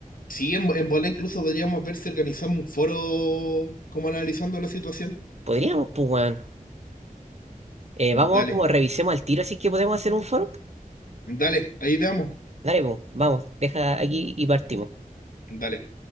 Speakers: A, on the left; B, on the right.
A: Sí, en, en bola incluso podríamos ver si organizamos un foro como analizando la situación.
B: Podríamos, pues bueno.
A: Y
B: vamos
A: Dale,
B: como revisemos al tiro si es que podemos hacer un foro.
A: dale, ahí veamos.
B: Dale, pues, vamos, deja aquí y partimos.
A: Dale.